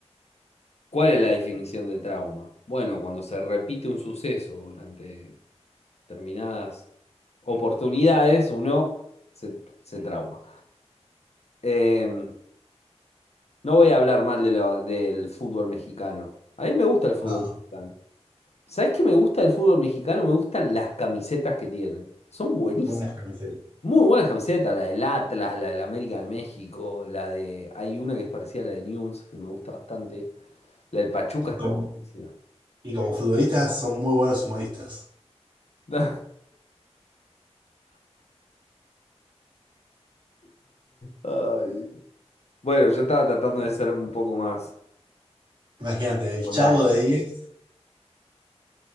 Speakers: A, on the left; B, on the right.
A: ¿Cuál es la definición de trauma? Bueno, cuando se repite un suceso durante determinadas oportunidades, uno se, se trauma. Em, no voy a hablar mal de lo- del fútbol mexicano. A mí me gusta el fútbol
B: No,
A: mexicano. ¿Sabés qué me gusta del fútbol mexicano? Me gustan las camisetas que tienen. Son buenísimas.
B: buenas camisetas.
A: Muy buenas camisetas, la del Atlas, la del América de México, la de... Hay una que es parecida a la de Newell's, que me gusta bastante. La del Pachuca
B: Y
A: está
B: como,
A: buenísima.
B: y como futbolistas son muy buenos humoristas.
A: <laughs> Ay. Bueno, yo estaba tratando de ser un poco más.
B: Imagínate, el
A: Hola.
B: Chavo de 10,